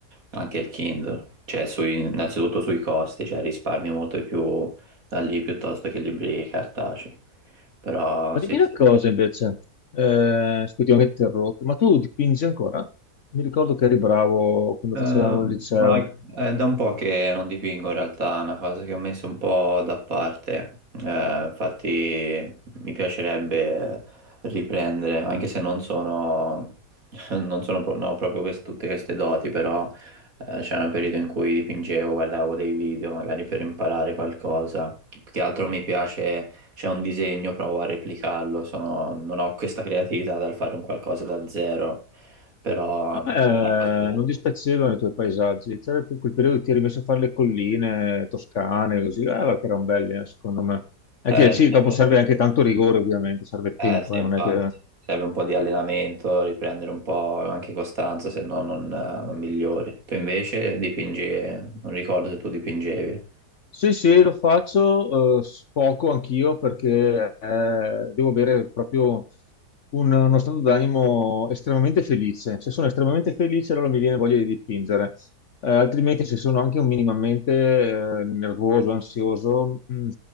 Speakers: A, on the right; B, on the left.
A: anche il Kindle, cioè sui- innanzitutto sui costi, cioè risparmi molto di più da lì piuttosto che libri cartacei. Però
B: Ma
A: sì,
B: dimmi
A: sì.
B: una cosa invece, eh, scusi, ho interrotto, ma tu dipingi ancora? Mi ricordo che eri bravo quando
A: Ehm,
B: facevamo il liceo.
A: ma è da un po' che non dipingo in realtà, è una cosa che ho messo un po' da parte. Eh, infatti mi piacerebbe riprendere, anche se non sono, <laughs> non sono pro- non ho proprio quest- tutte queste doti, però eh, c'era un periodo in cui dipingevo, guardavo dei video magari per imparare qualcosa. Più che altro mi piace, c'è un disegno, provo a replicarlo, sono- non ho questa creatività dal fare un qualcosa da zero, però
B: A
A: è
B: me
A: una cosa bella.
B: eh, non dispiacevano i tuoi paesaggi, c'era più quel periodo che ti eri messo a fare le colline toscane, così, eh, ma che erano belli, eh, secondo me. È
A: Eh,
B: che sì,
A: sì,
B: dopo serve anche tanto rigore, ovviamente, serve
A: eh,
B: tempo,
A: sì, infatti,
B: eh, non è che
A: serve un po' di allenamento, riprendere un po' anche costanza, se no non, eh, non migliori. Tu invece dipingi, non ricordo se tu dipingevi.
B: Sì, sì, lo faccio eh, poco anch'io perché eh, devo avere proprio un- uno stato d'animo estremamente felice. Se sono estremamente felice, allora mi viene voglia di dipingere. Eh, altrimenti, se sono anche un minimamente eh, nervoso, ansioso, mh,